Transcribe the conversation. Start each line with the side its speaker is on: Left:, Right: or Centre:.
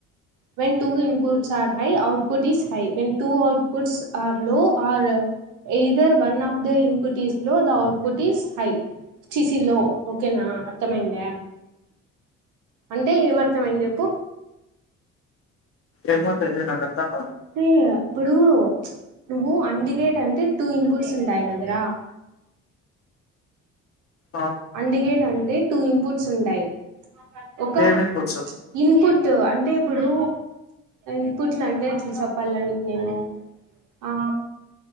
Right: when two inputs are high output is high when two outputs are low or either one of the input is low the output is high చి చి లో ఓకేనా అర్థం అయిందా అంటే ఏం అర్థం అయింది చెప్పు
Left: ఏమో తెలీదు నాకు అర్థం కల
Right: రే ఇప్పుడు నువ్వు అండగేట్ అంటే టూ ఇన్పుుట్స్ ఉంటాయి కదర
Left: ఆ
Right: అందుగేట్ అంటే టూ ఇన్పుట్స్ ఉంటాయి ఒక
Left: ఏమేం కూర్చో
Right: ఇన్పుట్ ట్ అంటే ఇప్పుడు ఇన్పుట్లు అంటే ఇట్లా చెప్పాలని నేను ఆ